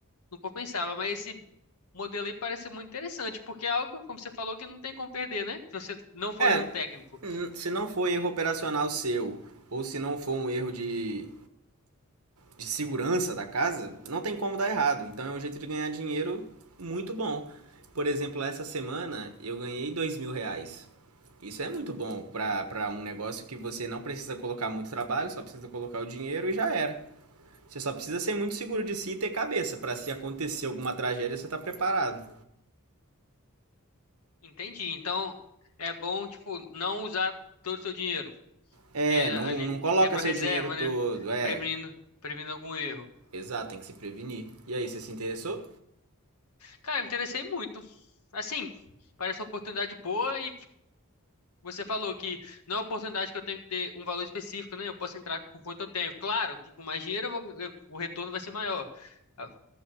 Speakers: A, on the left; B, on the right.
A: não compensava. Mas esse modelo aí parece muito interessante, porque é algo, como você falou, que não tem como perder, né? Se você não for
B: É,
A: erro técnico.
B: Se não for erro operacional seu, ou se não for um erro de, de segurança da casa, não tem como dar errado. Então é um jeito de ganhar dinheiro muito bom. Por exemplo, essa semana eu ganhei dois mil reais. Isso é muito bom para um negócio que você não precisa colocar muito trabalho, só precisa colocar o dinheiro e já era. Você só precisa ser muito seguro de si e ter cabeça para se acontecer alguma tragédia você tá preparado.
A: Entendi. Então, é bom, tipo, não usar todo o seu dinheiro.
B: É,
A: ter
B: não,
A: ali
B: não coloca
A: sempre
B: seu
A: a reserva,
B: dinheiro todo,
A: né?
B: é.
A: Prevenindo, prevenindo algum erro.
B: Exato, tem que se prevenir. E aí, você se interessou?
A: Cara, me interessei muito. Assim, parece uma oportunidade boa e você falou que não é uma oportunidade que eu tenho que ter um valor específico, né? Eu posso entrar com quanto eu tenho. Claro que com mais dinheiro eu vou- eu- o retorno vai ser maior, Ah,